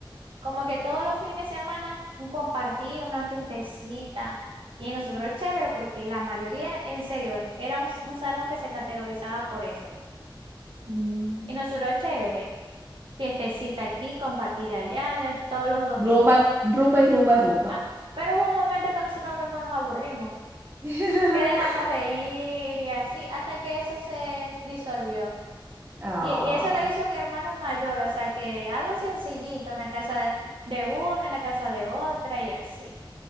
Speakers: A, on the right; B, on the right.
A: Como que todos los fines de semana un compartir, una fiestecita. Y nosotros chévere porque la mayoría, en serio, era un, un salón que se categorizaba por eso.
B: Mm.
A: Y nosotros chévere, fiestecita aquí, compartir allá, ya todos los domingos.
B: Rumba, rumba y rumba y rumba.
A: Ah, pero hubo un momento que nosotros mismos nos aburrimos,
B: <laughs>
A: que dejamos de ir y así, hasta que eso se disolvió.
B: Ah,
A: Y, y eso lo hizo un hermano mayor, o sea que algo sencillito en la casa de, de una, en la casa de otra y así.